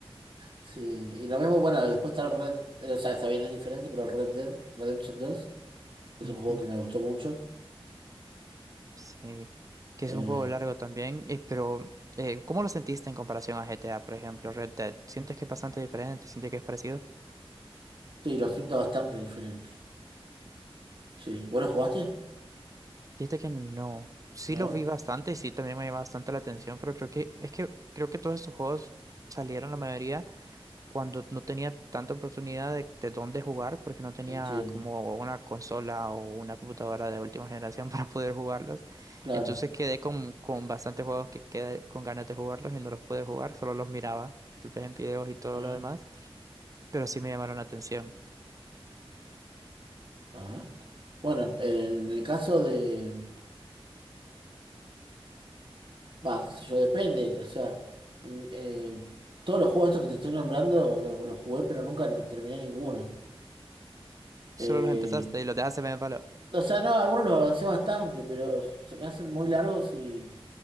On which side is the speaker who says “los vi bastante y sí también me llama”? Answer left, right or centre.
Right